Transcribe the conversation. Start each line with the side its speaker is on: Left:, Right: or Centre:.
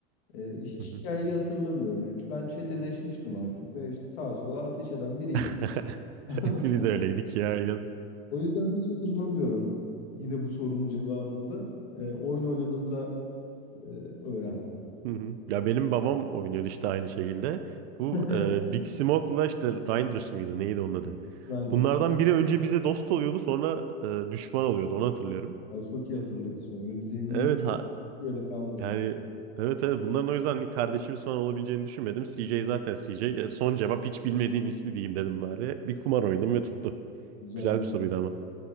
Left: E, hiç
Right: hı hı.
Left: hikayeyi hatırlamıyorum. Yani ben çeteleşmiştim artık ve işte sağa sola ateş eden biriydim.
Right: <laughs>
Left: <laughs> Anladın
Right: Hepimiz
Left: mı?
Right: öyleydik ya.
Left: O yüzden hiç hatırlamıyorum. Yine bu sorunun cevabında e, oyun oynadığımda e, öğrendim.
Right: Hı hı. Ya benim babam oynuyor işte aynı şekilde. Bu
Left: <laughs>
Right: e, Big Smoke'la işte Reinders mıydı neydi onun adı?
Left: Rider.
Right: Bunlardan biri önce bize dost oluyordu sonra e, düşman oluyordu onu hatırlıyorum.
Left: Ya çok iyi hatırlıyorsun ya. Benim zihnimde
Right: Evet
Left: hiç
Right: ha
Left: öyle kalmadı.
Right: yani evet evet bunların o yüzden hani kardeşimiz falan olabileceğini düşünmedim. CJ zaten CJ. E, son cevap hiç bilmediğim ismi diyeyim dedim bari. Bir kumar oynadım ve tuttu.
Left: Güzel
Right: Güzel
Left: güzel.
Right: bir soruydu ama.